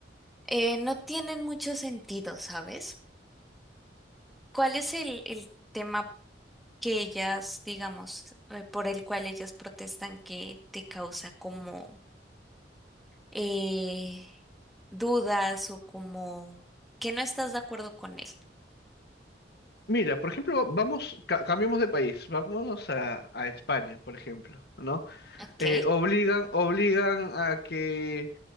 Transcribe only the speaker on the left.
Mira, por ejemplo, vamos, ca- cambiemos de país, vámonos a, a España, por ejemplo, ¿no?
Eh, obligan, obligan a que